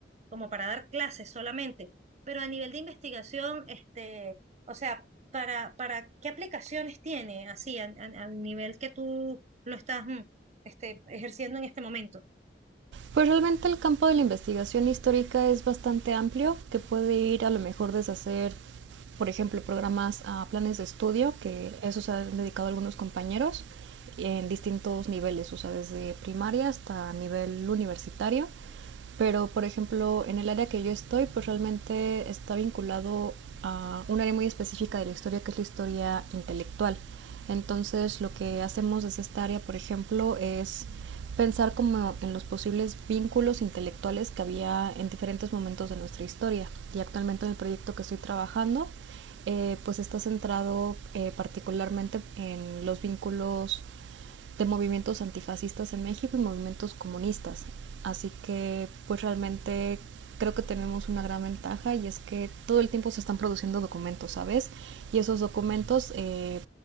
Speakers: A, on the right; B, on the right.
A: como para dar clases solamente, pero a nivel de investigación, este, o sea, para, para qué aplicaciones tiene así a- a- al nivel que tú lo estás mm, este, ejerciendo en este momento.
B: Pues realmente el campo de la investigación histórica es bastante amplio, que puede ir a lo mejor desde hacer, por ejemplo, programas a planes de estudio, que eso se han dedicado algunos compañeros en distintos niveles, o sea, desde primaria hasta nivel universitario. Pero, por ejemplo, en el área que yo estoy, pues realmente está vinculado a un área muy específica de la historia, que es la historia intelectual. Entonces, lo que hacemos desde esta área, por ejemplo, es pensar como en los posibles vínculos intelectuales que había en diferentes momentos de nuestra historia. Y actualmente en el proyecto que estoy trabajando, eh, pues está centrado eh, particularmente en los vínculos de movimientos antifascistas en México y movimientos comunistas. Así que pues realmente creo que tenemos una gran ventaja y es que todo el tiempo se están produciendo documentos, ¿sabes? Y esos documentos, eh,